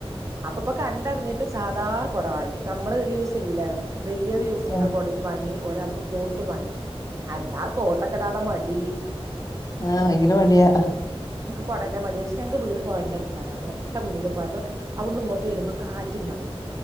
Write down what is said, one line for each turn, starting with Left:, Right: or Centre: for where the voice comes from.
Right: അപ്പപ്പോ കണ്ടറിഞ്ഞിട്ട് സാധാ കൊട വാങ്ങി നമ്മള് യൂസ് ചെയ്യൂലെ വല്യോര് യൂസ് ചെയ്യണ
Left: ആഹ് ആഹ്
Right: കൊടയും വാങ്ങി ഒരാൾക്ക് കോട്ടും വാങ്ങി. അതാ കോട്ടൊക്കെടാള്ള മടി
Left: ആ ഭയങ്കര മടിയാ
Right: കൊടന്നെ മതി പശ് ഞങ്ങ്ക്ക്‌ വീട് പൊഴന്റെട് ത്താട്ടാ തൊട്ട മുന്നില് പോഴ പ്പോ അവിടുന്ന് ഇങ്ങോട്ട് വരുമ്പോ കാറ്റുണ്ടാവും